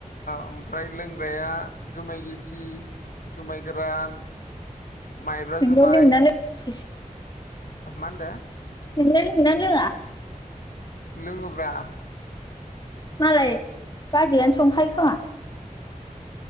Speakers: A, on the left (about 85°); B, on the left (about 30°).
A: ओमफ्राय लोंग्राया जुमाय गिसि जुमाय गोरान माइब्रा जुमाय
B: नोंलाय लोंङोना लोङा
A: मा होनदों
B: नोंलाय लोङोना लोङा
A: लोङोब्रा
B: मालाय बाजैआनो संखायो खोमा।